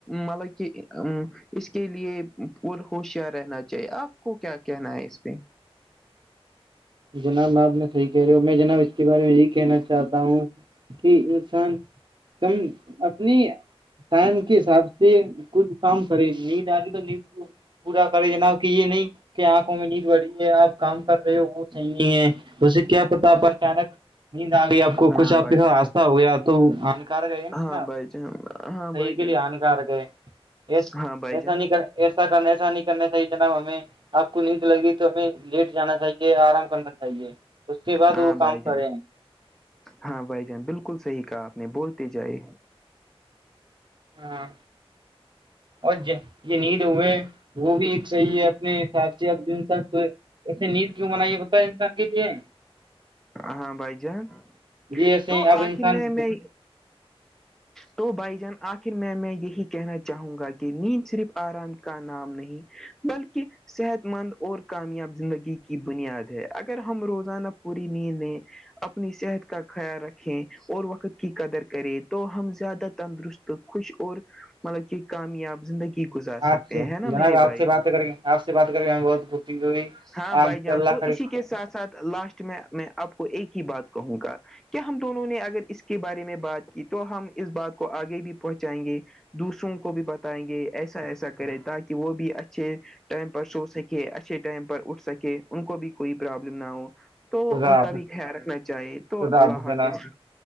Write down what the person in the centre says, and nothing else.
مطلب کہ اس کے لیے اور ہوشیار رہنا چاہیے آپ کو کیا کہنا ہے اس پہ
ہاں
بھائی
جان
ہاں
بھائی ہاں
بھائی
جان
ہاں بھائی جان
ہاں
بھائی
جان ہاں بھائی جان بالکل صحیح کہا آپ نے بولتے جائے
ہاں بھائی جان
تو
آخر میں میں تو بھائی جان آخر میں میں یہی کہنا چاہوں گا کہ نیند صرف آرام کا نام نہیں بلکہ صحت مند اور کامیاب زندگی کی بنیاد ہے اگر ہم روزانہ پوری نیند لیں اپنی صحت کا خیال رکھیں اور وقت کی قدر کریں تو ہم زیادہ تندرست خوش اور مطلب کہ کامیاب زندگی گزار سکتے
ہیں ہے نا
میرے
بھائی
ہاں
بھائی جان
تو
اسی کے ساتھ ساتھ لاسٹ میں میں آپ کو ایک ہی بات کہوں گا کیا ہم دونوں نے اگر اس کے بارے میں بات کی تو ہم اس بات کو آگے بھی پہنچائیں گے دوسروں کو بھی بتائیں گے ایسا ایسا کرے تاکہ وہ بھی اچھے ٹائم پر سو سکے اچھے ٹائم پر اٹھ سکے ان کو بھی کوئی پرابلم نہ ہو تو
ان
کا بھی خیال رکھنا چاہے تو
اللہ
حافظ